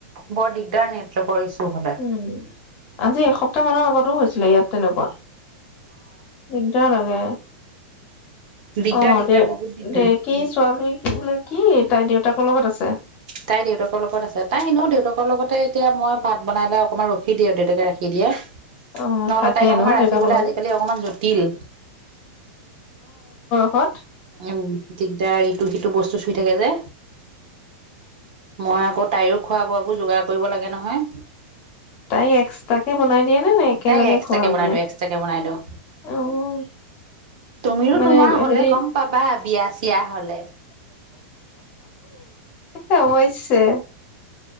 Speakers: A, on the right; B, on the left.
A: বৰ দিগদাৰ নেটৱৰ্কৰ ইছ্যু হ'লে
B: উম আজি এসপ্তাহ মানৰ আগত টো হৈছিলে ইয়াত তেনেকুৱা। দিগদাৰ লাগে।
A: দিগদাৰ
B: অ
A: দিগদাৰ
B: দে
A: বহুত দিগদাৰ
B: দে কি ছোৱালী বোলে কি তাই দেউতাকৰ লগত আছে।
A: তাই দেউতাকৰ লগত আছে, তাই এনেও দেউতাকক লগতে এতিয়া মই ভাত বনালে অকণমান ৰখি দিয়ে, দেউতাকে ৰাখি দিয়ে।
B: অ'
A: নহ'লে
B: থাকে
A: তাইক অকণমান
B: ন
A: ৰাখিবলে
B: দেউতাকৰ লগত
A: আজিকালি অকণমান জটিল।
B: কত
A: উম দিগদাৰ ইটো-সিটো বস্তু চুই থাকে যে, মই আকৌ তাইৰো খোৱা-বোৱাবোৰ যোগাৰ কৰিব লাগে নহয়।
B: তাই এক্সট্ৰাকে বনাই দিয়ে। নে নে একেলগে
A: তাইক এক্সট্ৰাকে
B: খোৱা
A: বনাই
B: মানে?
A: দিওঁ, এক্সট্ৰাকে বনাই দিওঁ।
B: অ'
A: তুমিয়ো
B: মানে
A: তোমাৰ হ'লে
B: হেৰি
A: গম পাবা বিয়া বিয়া হ'লে।
B: অৱশ্যে